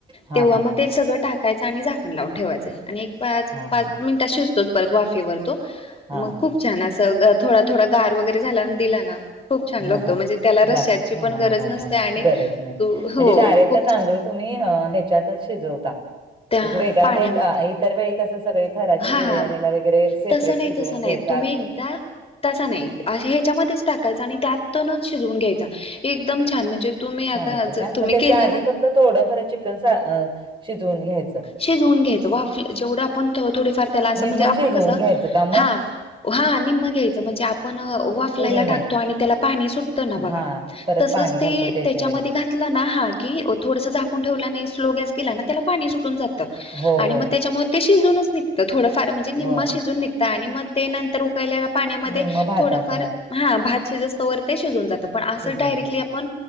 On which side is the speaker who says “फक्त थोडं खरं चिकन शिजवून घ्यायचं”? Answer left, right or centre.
Right